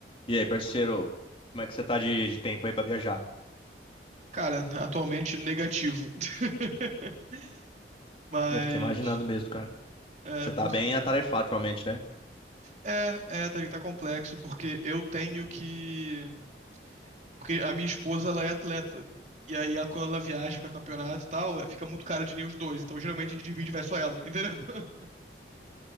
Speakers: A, on the left (about 30°); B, on the right (about 40°).
A: E aí, parceiro, como é que você tá de, de tempo aí pra viajar?
B: Cara, atualmente negativo. <laughs> Mas
A: Eu fiquei imaginando mesmo, cara.
B: é,
A: Você
B: por...
A: tá bem atarefado ultimamente, né?
B: é, é tá, tá complexo porque eu tenho que porque a minha esposa ela é atleta e aí ela, quando ela viaja pra campeonato e tal, é, fica muito caro de nem os dois, então geralmente a gente divide e vai só ela, entendeu? <laughs>